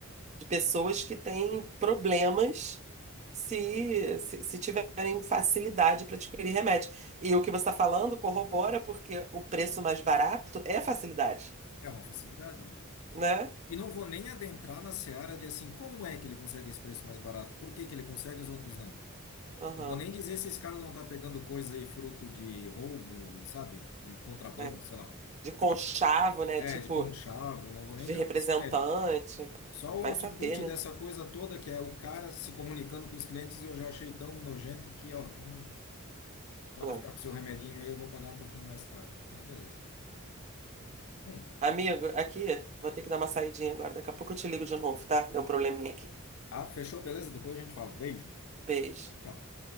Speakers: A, on the right (about 30°); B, on the left (about 70°).
A: de pessoas que têm problemas se, se, se tiverem facilidade para adquirir remédio. E o que você está falando corrobora porque o preço mais barato é facilidade,
B: É uma facilidade. é.
A: né?
B: E não vou nem adentrar na seara de assim, como é que ele consegue esse preço mais barato? Por que que ele consegue e os outros não?
A: Aham,
B: Não vou nem dizer se esse cara não tá pegando coisa aí fruto de roubo, sabe? De contrabando,
A: é.
B: sei lá.
A: De conchavo, né?
B: É,
A: Tipo,
B: de conchavo, não vou nem
A: de
B: entrar
A: representante.
B: nesse mérito. Só o
A: Vai
B: output
A: saber, né?
B: dessa coisa toda, que é o cara se comunicando com os clientes, eu já achei tão nojento que, ó, não pode
A: É.
B: ficar com seu remedinho aí, eu vou pagar um pouquinho mais caro. Ah, beleza. Hum.
A: Amigo, aqui, vou ter que dar uma saidinha agora. Daqui a pouco eu te ligo de novo, tá? Deu um probleminha aqui.
B: Ah, fechou, beleza? Depois a gente fala. Beijo.
A: Beijo.
B: Tchau.